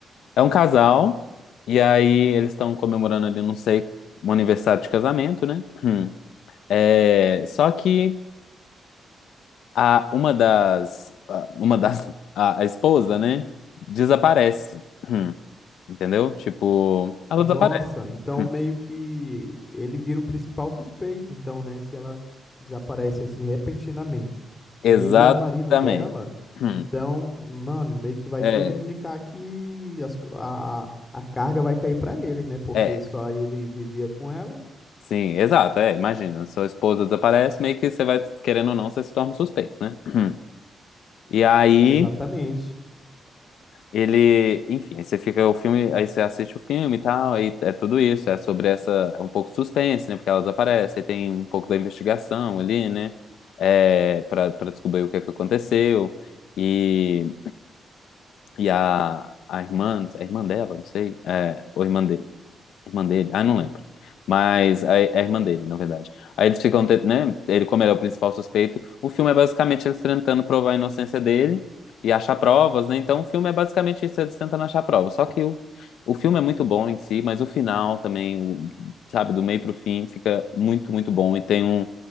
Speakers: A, on the left; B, on the left.
A: é um casal, e aí eles estão comemorando ali, não sei, um aniversário de casamento, né? Hum. É, só que a, uma das. a- Uma das. A, a esposa, né? Desaparece. Hum. Entendeu? Tipo, ela
B: Nossa,
A: desaparece.
B: então
A: Hum.
B: meio que ele vira o principal suspeito, então, né? Se ela desaparece assim repentinamente.
A: Exatamente.
B: E ele é o marido dela,
A: Hum.
B: então, mano, meio que vai
A: É,
B: tudo indicar que as co- a, a a carga vai cair pra ele, né? Porque
A: é,
B: só ele vivia com ela.
A: sim, exato. É, imagina, sua esposa desaparece, meio que você vai, querendo ou não, você se torna um suspeito, né? Hum. E aí.
B: Exatamente.
A: Ele, enfim, aí você fica o filme, aí você assiste o filme e tal, aí é tudo isso, é sobre essa, é um pouco suspense, né, porque elas aparecem, aí tem um pouco da investigação ali, né, é, pra, pra descobrir o que é que aconteceu, e, e a, a irmã, a irmã dela, não sei, é, ou irmã de, Irmã dele? Ah, não lembro. Mas a, é a irmã dele, na verdade. Aí eles ficam, te- né? Ele, como ele é o principal suspeito, o filme é basicamente eles tentando provar a inocência dele e achar provas, né? Então o filme é basicamente isso, eles tentando achar provas. Só que o, o filme é muito bom em si, mas o final também, o, sabe, do meio pro fim, fica muito, muito bom. E tem um,